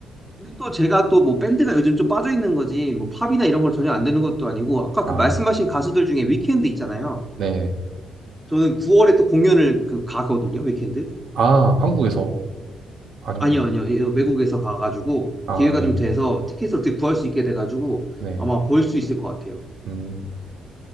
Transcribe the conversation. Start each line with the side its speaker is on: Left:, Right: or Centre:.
Centre: 근데 또 제가 또 뭐 밴드가 요즘 좀 빠져 있는 거지 뭐 팝이나 이런 걸 전혀 안 되는 것도 아니고 아까
Right: 아,
Centre: 그 말씀하신 가수들 중에 위켄드 있잖아요.
Right: 네.
Centre: 저는 9월에 또 공연을 그 가거든요, 위켄드.
Right: 아, 한국에서 아니면은,
Centre: 아니요, 아니요. 이거 외국에서 가가지고
Right: 아,
Centre: 기회가
Right: 네네.
Centre: 좀 돼서 티켓을 어떻게 구할 수 있게 돼가지고
Right: 네.
Centre: 아마 볼 수 있을 것 같아요.
Right: 음,